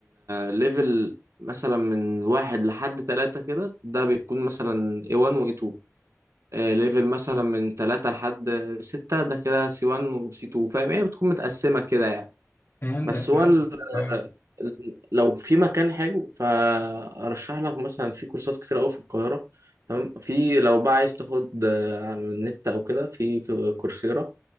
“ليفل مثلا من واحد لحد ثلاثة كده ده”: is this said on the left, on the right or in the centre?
Right